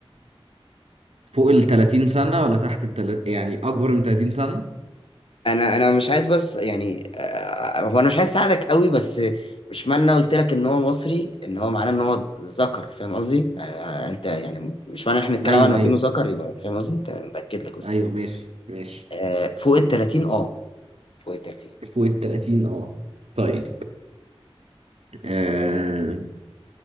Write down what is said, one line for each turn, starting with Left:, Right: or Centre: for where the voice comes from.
Right: فوق ال 30 سنة ولا تحت ال 30 يعني أكبر من 30 سنة
Left: انا انا مش عايز بس يعني آه هو انا مش عايز اساعدك قوي بس مش معنى انا قلت لك ان هو مصري ان هو معناه ان هو ذكر فاهم قصدي آه انت يعني مش معنى احنا نتكلم
Right: أيوه
Left: عنه
Right: أيوه
Left: كأنه ذكر يبقى فاهم قصدي تمام، باكد لك بس
Right: أيوه ماشي ماشي
Left: آه فوق ال 30 اه فوق ال 30
Right: فوق ال 30 أه طيب آه،